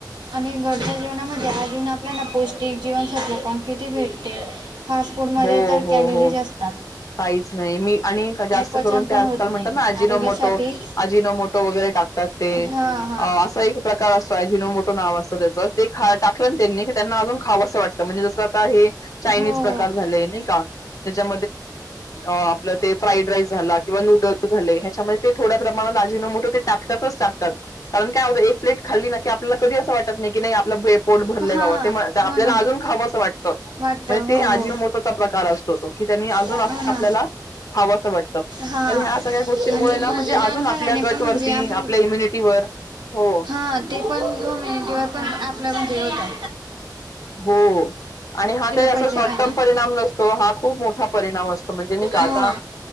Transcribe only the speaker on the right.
आणि घरच्या जेवणामध्ये अजून आपल्याला पौष्टिक जीवनसत्त्व पण किती भेटते फास्ट फूडमध्ये
तर
कॅलरीज
असतात
पचन
पण
होत नाही
आरोग्यासाठी
हां हां
हो
हा
हो ना
वाटतं हो
हो
हो ना
हा
आणि
घरचे
जेवण
खाल्ल्याने
पण म्हणजे
आपण
हा ते पण होमेनिटिवा पण आपल्यामध्ये होता
पाहिजे
काय
नाही
हो